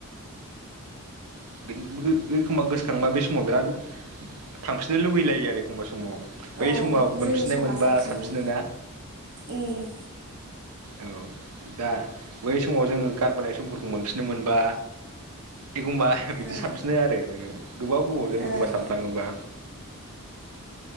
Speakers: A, on the right; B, on the right.
A: <unintelligible> थांबा बे समाव बिराद थांफिननो लुगैलायो आरो एखमबा समाव। बै
B: औ
A: समाव मोनफिननाय
B: जोंनि समा
A: मोनबा
B: साबसिनमोन
A: सानफिनो ना।
B: उम
A: औ दा बै समाव जोङो गारबोनाय समफोरखौ मोनफिननो मोनबा एखमबा। बिदि
B: औ
A: सानफिननाय आरो नोङो गोबाव गोबावजों एखमबा
B: ओं
A: सानफ्लाङोबा।